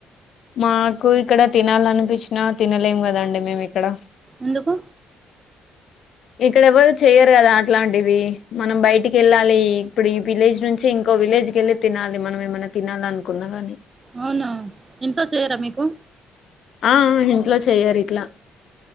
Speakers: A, on the left; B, on the right.
A: మాకు ఇక్కడ తినాలనిపించినా తినలేం కదండి మేము ఇక్కడ
B: ఎందుకు
A: ఇక్కడ ఎవరు చెయరు కదా అట్లాంటివి మనం బయటికెళ్ళాలి ఇప్పుడు ఈ విలేజ్ నుంచి ఇంకో విలే జ్కిల్లి తినాలి మనం ఏమైనా తినాలి అనుకున్నా గాని
B: అవునా ఇంట్లో చేయరా మీకు
A: ఆ ఇంట్లో చెయ్యరు ఇట్ల